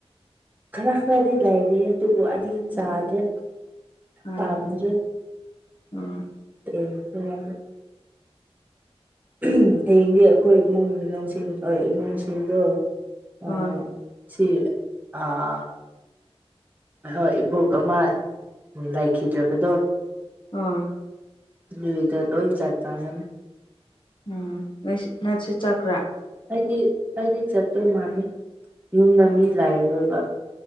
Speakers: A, on the right; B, on the left.
A: ꯈꯔ ꯈꯔꯗꯤ ꯂꯩꯔꯤꯌꯦ ꯑꯗꯨꯕꯨ ꯑꯩꯗꯤ ꯆꯥꯗ꯭ꯔꯦ
B: ꯎꯝ ꯎꯝ
A: ꯄꯥꯝꯗ꯭ꯔꯦ
B: ꯎꯝ
A: ꯇꯦꯟ ꯈꯔꯖꯨ ꯎꯝ ꯍꯌꯦꯡꯗꯤ ꯑꯈꯣꯏ ꯏꯃꯨꯡ ꯃꯅꯨꯡꯁꯤꯡ ꯑꯩ ꯏꯃꯨꯡꯁꯤꯡꯗꯣ
B: ꯍꯣꯏ
A: ꯑꯥ ꯁꯤ ꯑꯥ ꯍꯣꯏ ꯍꯣꯏ ꯏꯕꯣꯛ ꯑꯃ ꯂꯩꯈꯤꯗ꯭ꯔꯕꯗꯣ
B: ꯅꯣꯏ
A: ꯂꯨꯏꯒ ꯂꯣꯏ ꯆꯠꯈꯥꯏꯔꯅꯤ
B: ꯎꯝ ꯅꯣꯏꯁꯨ ꯅꯪꯁꯨ ꯆꯀ꯭ꯔꯥ
A: ꯑꯩꯗꯤ ꯑꯩꯗꯤ ꯆꯠꯇꯣꯏ ꯃꯥꯥꯟꯂꯦ ꯌꯨꯝꯗ
B: ꯎꯝ
A: ꯃꯤ ꯂꯩꯔꯣꯏꯕ